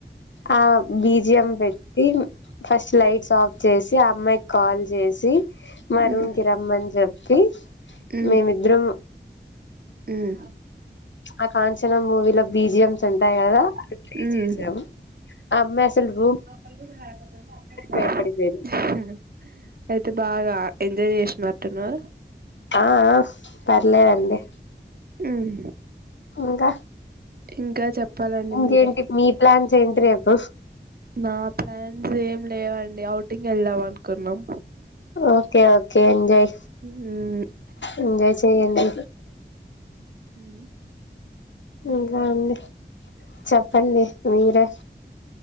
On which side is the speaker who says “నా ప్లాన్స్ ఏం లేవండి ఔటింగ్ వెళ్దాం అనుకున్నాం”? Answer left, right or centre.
Right